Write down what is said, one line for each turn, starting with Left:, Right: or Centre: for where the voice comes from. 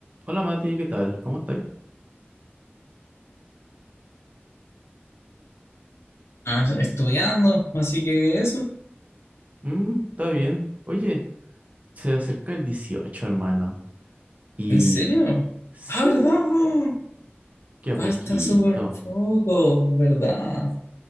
Right: Hola Mati, ¿qué tal? ¿Cómo estáis?
Left: Ah, estudiando, así que eso.
Right: Mm, está bien. Oye, se acerca el 18, hermano. Y
Left: ¿En serio?
Right: sí,
Left: Ah, ¿verdad,
Right: po,
Left: po?
Right: queda
Left: Falta
Right: poquito.
Left: súper poco, ¿verdad?